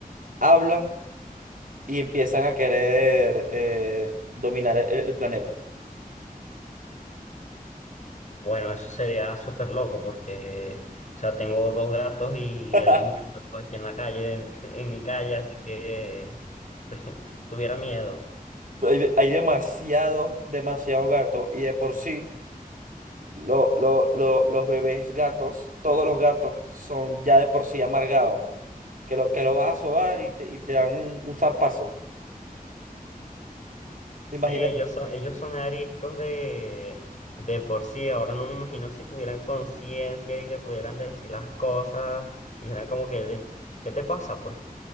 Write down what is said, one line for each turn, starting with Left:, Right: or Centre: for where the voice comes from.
Right: hablan y empiezan a querer eh, dominar el el planeta?
Left: Bueno, eso sería súper loco porque, o sea, tengo dos gatos y
Right: <laughs>
Left: hay muchos gatos aquí en la calle, <laughs> en mi calle, así que <laughs> tuviera miedo.
Right: Hay, de- hay demasiados, demasiados gatos y de por sí lo- lo- lo- los bebés gatos, todos los gatos son ya de por sí amargados, que lo, que lo vas a sobar y te, y te dan un, un zarpazo.
Left: Sí,
Right: Imagínate,
Left: ellos son, ellos son ariscos de, de por sí. Ahora no me imagino si tuvieran conciencia y te pudieran decir las cosas. Dijeran como que, ¿qué te pasa, pues?